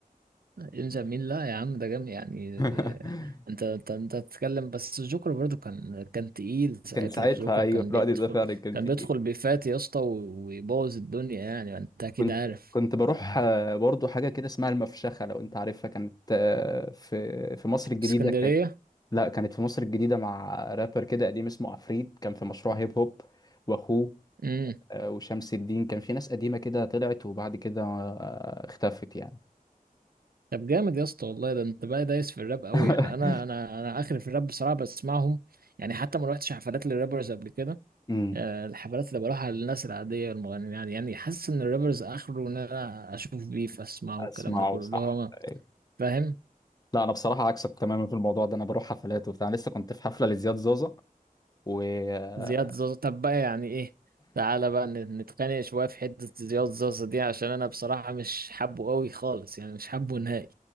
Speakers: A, on the right (about 80°); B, on the left (about 25°).
A: يلجأ مين لا يا عم ده جامد يعني
B: <laughs>
A: انت انت انت بتتكلم بس الجوكر برضو كان كان تقيل ساعتها
B: كان ساعتها
A: الجوكر
B: أيوه
A: كان
B: في الوقت
A: بيدخل
B: ده فعلا كنت
A: كان بيدخل بيفات يا اسطى و- ويبوظ الدنيا يعني انت اكيد
B: كنت
A: عارف
B: كنت بروح آه، برضه حاجة كده اسمها المفشخة لو أنت عارفها كانت آه، في في مصر الجديدة
A: اسكندرية
B: كانت لا كانت في مصر الجديدة مع رابر كده قديم اسمه عفريت كان في مشروع هيب هوب وأخوه
A: امم
B: آه، وشمس الدين كان في ناس قديمة كده طلعت وبعد كده آه، اختفت يعني
A: طب جامد يا اسطى والله ده انت بقى دايس في الراب قوي
B: <laughs>
A: يعني انا انا انا اخر في الراب بصراحة بسمعهم يعني حتى ما روحتش حفلات للرابرز قبل كده
B: امم
A: آه، الحفلات اللي بروحها للناس العادية المغنيين يعني يعني حاسس ان الرابرز اخره ان انا اشوف بيف اسمعه
B: اسمعه
A: والكلام ده كله
B: صح
A: اللي هو
B: أيوة.
A: فاهم
B: لا انا بصراحه عكسك تماما في الموضوع ده انا بروح حفلات وبتاع لسه كنت في حفله لزياد زوزه و
A: زياد
B: <laughs>
A: زازا طب بقى يعني ايه تعالى بقى ن- نتخانق شوية في حتة زياد زازا دي عشان انا بصراحة مش حابه قوي خالص يعني مش حابه نهائي